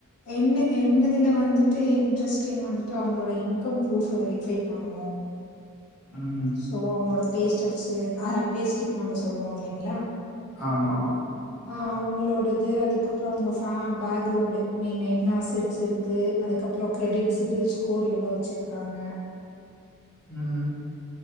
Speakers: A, on the left (about 80°); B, in the centre.
A: என்னு என்னுதுல வந்துட்டு இன்ட்ரெஸ்டிங் வந்துட்டு அவங்ளோட இன்கம் ப்ரூஃப வெரிஃபை பண்ணுவோ
B: ம்
A: சோ அவங்களோட பே ஸ்டெப்ஸ் ஆஹ பே சிலிப் நம்ப சொல்லுவோ இல்லைங்ளா
B: ஆமா
A: ஆ அவுங்களோடது அதுக்கப்புற அவுங்க ஃபே பேக்ரௌண்டு் மெய்னா என்ன அசெட்ஸ் இருக்கு அதுக்கப்புற கிரெடிட்ஸ் பில்ஸ் கோர் எவ்ளோ வெச்சிருக்காங்க
B: ம்